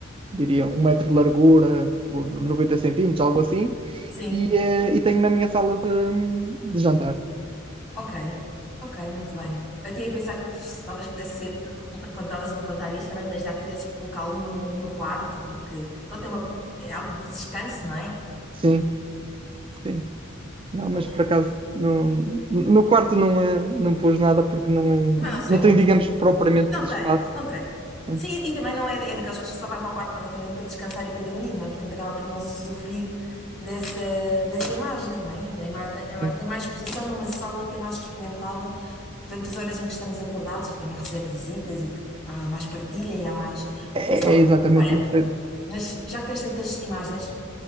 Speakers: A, on the right; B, in the centre.
A: diria um metro de largura por 90 centímetros, algo assim,
B: sim.
A: e, eh, e tenho na minha sala de de jantar.
B: Ok, ok, muito bem. Eu tinha a pensar que pff, talvez pudesse ser, quando estavas a me contar isto, estava imaginar que pudesses colocá-lo no, no quarto, porque pronto, é, uma, é algo de descanso, não é?
A: Sim, sim. Não, mas
B: Bom,
A: por acaso não, no quarto não, eh, não pus nada porque não, eh,
B: Também não se
A: não
B: vê muito,
A: tem, digamos,
B: né?
A: propriamente
B: Não
A: espaço.
B: tem, não tem.
A: Sim,
B: Sim, e também não é, é daquelas pessoas que só vai para o quarto praticamente para descansar e para dormir, não é? Portanto, acaba por não se usufruir dessa, dessa imagem, não é? Da imagem, é ma-
A: sim.
B: tem mais exposição numa sala que é mais frequentada durante as horas em que estamos acordados e que também recebe visitas e que há mais partilha e há mais
A: É,
B: motivação.
A: é exatamente
B: Olha,
A: isso. é-
B: mas já que tens tantas imagens,